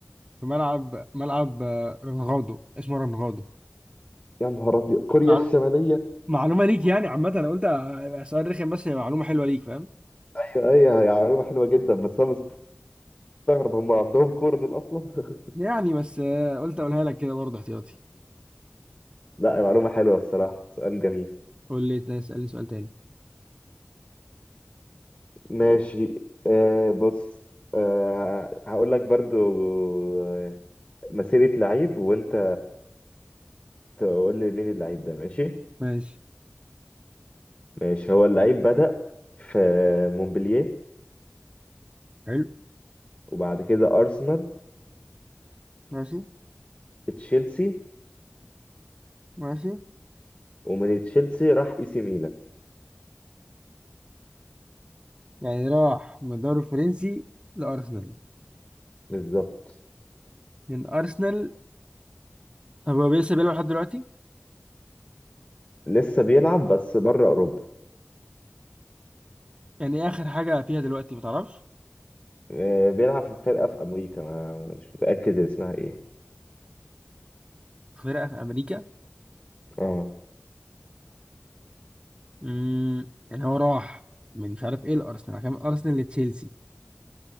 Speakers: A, on the right; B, on the left.
A: في ملعب ملعب آه، رنغاضو اسمه رنغاضو
B: يا نهار ابيض كوريا
A: مع-
B: الشماليه
A: معلومة ليك يعني عامة أنا قلت هيبقى سؤال رخم بس هي معلومة حلوة ليك فاهم
B: ايوه ايوه هي معلومه حلوه جدا بس انا مستغرب هم عندهم كوره دول اصلا <laughs>
A: يعني بس آه، قلت أقولها لك كده برضه احتياطي
B: لا معلومه حلوه بصراحه سؤال جميل
A: قول لي تاني- اسألني سؤال تاني
B: ماشي آه بص آه هقول لك برضو آه، مسيرة لعيب وانت تقول لي مين اللعيب ده ماشي
A: ماشي
B: ماشي هو اللعيب بدأ في مونبلييه
A: حلو
B: وبعد كده أرسنال
A: ماشي
B: تشيلسي
A: ماشي
B: ومن تشيلسي راح اي سي ميلان
A: يعني راح من الدوري الفرنسي لأرسنال
B: بالظبط
A: من أرسنال هو لسه بيلعب لحد دلوقتي
B: لسه بيلعب بس بره أوروبا
A: يعني إيه آخر حاجة فيها دلوقتي ما تعرفش
B: آه بيلعب في فرقة في أمريكا ما مش متأكد اسمها ايه
A: فرقة في أمريكا
B: اه
A: امم يعني هو راح من مش عارف إيه الأرسنال عشان من أرسنال لتشيلسي